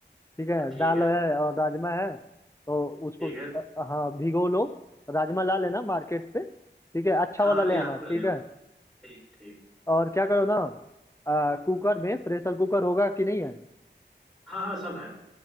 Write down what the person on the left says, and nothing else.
ठीक है
दाल
है और राजमा है तो उसको
अ, हाँ भिगो लो राजमा ला लेना मार्केट से ठीक है अच्छा
वाला
ले
आना
ठीक
है
और क्या करो ना अ, कुकर में प्रेशर कुकर होगा कि नहीं है